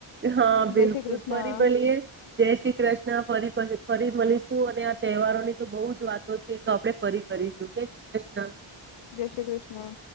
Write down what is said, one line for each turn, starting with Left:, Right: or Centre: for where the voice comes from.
Right: હા
Left: જય
Right: બિલકુલ
Left: શ્રી કૃષ્ણ
Right: ફરી મળીએ જય શ્રી કૃષ્ણ ફરી ફરી મલીશ. અને આ તહેવારો ની તો બહુ જ વાતો છે, તો આપણે ફરી કરીશું. જય શ્રી કૃષ્ણ.
Left: જય શ્રી કૃષ્ણ